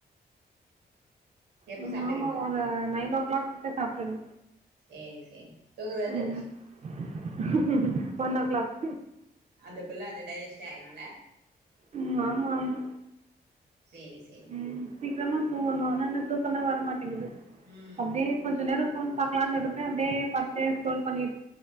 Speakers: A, on the right; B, on the right.
A: எப்போ
B: உம்
A: சாப்டுவீங்க
B: ஆமா ஒரு நைன் ஓ கிளாக் கிட்ட சாப்ட்றது
A: சேரி சேரி தூங்குறது
B: உம் ம்ம்ம் ஒன் ஓ க்ளாக்
A: அதுக்குள்ள அது டைஜெஸ்ட் ஆயிருல
B: உம் ஆமா ஆமா
A: சேரி சேரி
B: ம். சீக்கிரமா தூங்கணும் ஆனா இந்த தூக்கம் வரமாட் <unintelligible>
A: ம்
B: அப்படியே கொஞ்சம் நேரம் போன் பாக்லாம்னு எடுத்தே அப்டியே பார்த்துடே ஸ்கோர்ல் பண்ணி